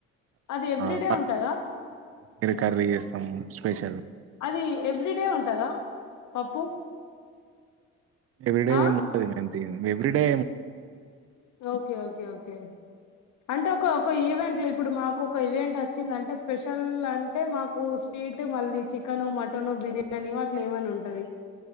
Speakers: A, on the left; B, on the right.
A: అది ఎవ్రీడే
B: ఆర
A: ఉంటదా
B: కర్రీ చేస్తాము స్పెషల్
A: అది ఎవ్రీ డే ఉంటదా పప్పు
B: ఎవ్రీ డే
A: ఆ
B: ముద్ద వేయండి every day
A: okay okay okay అంటే ఒకక్క ఈవెంట్ లో ఇప్పుడు మాకు ఒక ఈవెంట్ వచ్చింది అంటే స్పెషల్ అంటే మాకు స్వీట్ మళ్ళీ చికెన్ మటన్ బిర్యానీ వాటిల్లో ఏమన్నా ఉంటది